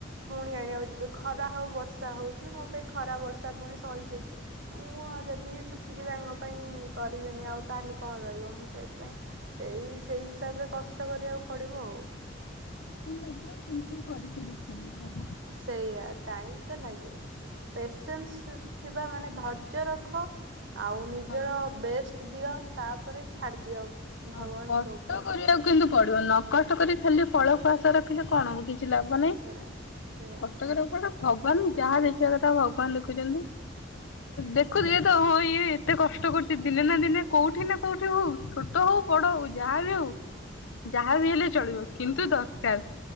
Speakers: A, on the right; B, on the left.
A: ପୁଣି ଆଇଲା ବେଳେ ଯିବେ। ଖରା ହଉ ବର୍ଷା ହଉ କି ମୋ ପାଇଁ ଖରା ବର୍ଷା ପୁଣି ସଇକି ମୁଁ ଆଉ ଯଦି ସେତିକି ତାଙ୍କ ପାଇଁ କରିବିନି ଆଉ ତାହେଲେ କଣ ରହିବ ମୁଁ ସେଇଥିପାଇଁ ସେଇ ସେଇ ହିସାବରେ କଷ୍ଟ କରିବାକୁ ପଡିବ ଆଉ।
B: ହୁଁ ମଦୁଆ କେମିତି କରିକି ଦେଖଇ ଦବା।
A: ସେଇଆ ଟାଇମ ତ ଲାଗିବ। ପେସେନ୍ସ ଥିବା ମାନେ ଧର୍ଯ୍ୟ ରଖ ଆଉ ନିଜର
B: ହଁ
A: ବେଷ୍ଟ ଦିଅ ତାପରେ ଛାଡିଦିଅ। ଭଗବାନଙ୍କ
B: ହଁ କଷ୍ଟ
A: ଉପରେ।
B: କରିବାକୁ କିନ୍ତୁ ପଡିବ ନ କଷ୍ଟ କରି ଖାଲି ଫଳ କୁ ଆଶା ରଖିଲେ କଣ ହବ କି? କିଛି ଲାଭ ନାହିଁ,
A: ସେଇଆ ସେଇଆ
B: କଷ୍ଟ କରିବାକୁ ପଡୁ ଭଗବାନ ଯାହା ଦେଖିବା କଥା ଭଗବାନ ଦେଖୁଛନ୍ତି। ଦେଖୁଥିବେ ତ ହଁ ଇଏ ଏତେ କଷ୍ଟ କରୁଛି ଦିନେ ନା ଦିନେ କୋଉଠି ନା କୋଉଠି ହଉ ଛୋଟ ହଉ ବଡ ହଉ ଯାହାବି ହଉ ଯାହା ବି ହେଲେ ଚଳିବ କିନ୍ତୁ ଦରକାର।